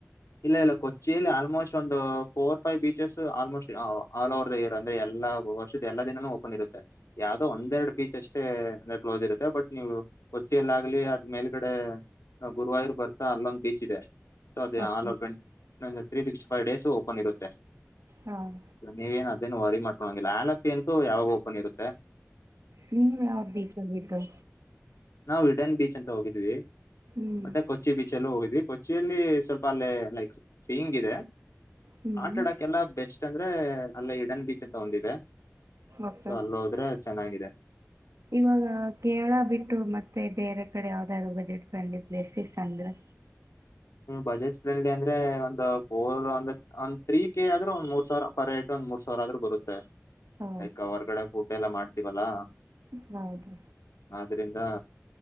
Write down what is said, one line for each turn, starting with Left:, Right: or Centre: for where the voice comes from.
Left: ಇಲ್ಲ ಇಲ್ಲ ಕೊಚ್ಚಿಯಲ್ಲಿ ಆಲ್ಮೋಸ್ಟ್ ಒಂದು four five beaches almost all over the year ಅಂದ್ರೆ ಎ ಎಲ್ಲ ವರ್ಷದ ಎಲ್ಲಾ ದಿನಾನೂ ಓಪನ್ ಇರುತ್ತೆ ಯಾವದೋ ಒಂದೆರಡು ಬೀಚ್ ಅಷ್ಟೇ ಅಂದ್ರೆ ಕ್ಲೋಸ್ ಇರುತ್ತೆ ಬಟ್ ನೀವು ಕೊಚ್ಚಿಯಲ್ಲಿ ಆಗ್ಲಿ ಅದ್ ಮೇಲ್ ಕಡೆ ಗುರುವಾಯೂರ್ ಬರ್ತಾ ಅಲ್ಲೊಂದ್ ಬೀಚ್ ಇದೆ ಸೊ
Right: ಓಕೆ
Left: ಆಲ್ ಓಪನ್ ಒಂದ three sixty five days open ಇರುತ್ತೆ
Right: ಹಾ
Left: ನೀವೇನ್ ಅದೇನ ವರಿ ಮಾಡ್ಕೊಳಂಗಿಲ್ಲ ಆಲಪಿ ಅಂತೂ ಯಾವಾಗೂ ಓಪನ್ ಇರುತ್ತೆ
Right: ನೀವ್ ಯಾವ ಬೀಚ್ ಹೋಗಿದು
Left: ನಾವ ಹಿಡನ್ ಬೀಚ್ ಅಂತ ಹೋಗಿದ್ವಿ
Right: ಹ್ಮ್
Left: ಮತ್ತೆ ಕೊಚ್ಚಿ ಬೀಚ್ ಅಲ್ಲು ಹೋಗಿದ್ವಿ ಕೊಚ್ಚಿಯಲ್ಲಿ ಸ್ವಲ್ಪ ಲ್ಲೆ ಲೈಕ್ ಸೀಂಗ್ ಇದೆ
Right: ಹ್ಮ್
Left: ಆಟ ಆಡಕೆಲ್ಲ ಬೆಸ್ಟ್ ಅಂದ್ರೆ ಅಲ್ಲಿ ಹಿಡನ್ ಬೀಚ್ ಅಂತ ಒಂದಿದೆ
Right: ಓಕೆ
Left: ಸೊ ಅಲ್ಲಿ ಹೋದ್ರೆ ಚೆನ್ನಾಗಿದೆ
Right: ಇವಾಗ ಕೇರಳ ಬಿಟ್ಟು ಮತ್ತೆ ಬೇರೆ ಈ ಕಡೆ ಯಾವ್ದ ಬಜೆಟ್ ಫ್ರೆಂಡ್ಲಿ ಪ್ಲೇಸ್ ಅಂದ್ರೆ
Left: ಬಜೆಟ್ ಫ್ರೆಂಡ್ಲಿ ಅಂದ್ರೆ ಒಂದು್ ಫೋರ್ ಒಂದ ಒ ತ್ರೀ ಕೆ ಆದ್ರೆ ಒಂದ್ ಮೂರ್ ಸಾವಿರ ಪರ್ ಹೇಡು ಮೂರ್ ಸಾವಿರ ಆದ್ರೂ ಬರುತ್ತೆ
Right: ಹ
Left: ಲೈಕ್ ಹೊರ್ಗಡೆ ಫುಡ್ ಎಲ್ಲಾ ಮಾಡ್ತೀವಲ್ಲಾ
Right: ಹೌದು
Left: ಅ್ರಂದ